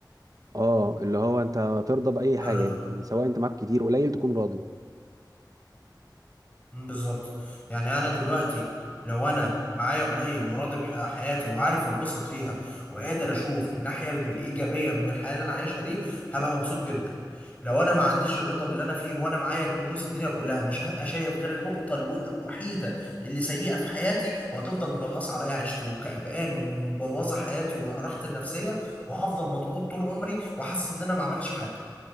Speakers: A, on the right; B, on the left.
A: اه اللي هو انت ترضى باي حاجه
B: الرضا
A: يعني سواء انت معاك كتير قليل تكون راضي
B: مم، بالظبط يعني انا دلوقتي لو انا معايا قليل وراضي بحياتي وعارف اتبسط فيها وقادر اشوف الناحيه الايجابيه من الحياه اللي انا عايشها دي هبقى مبسوط جدا لو انا ما عنديش الرضا باللي انا فيه وانا معايا كنوز الدنيا كلها مش هبقى شايف غير النقطه الو- الوحيده اللي سيئه في حياتي وهتفضل منغص عليا عيشتي وكأباني ومبوظه حياتي وراحتي النفسيه وهفضل مضغوط طول عمري وحاسس ان انا ما عملتش حاجه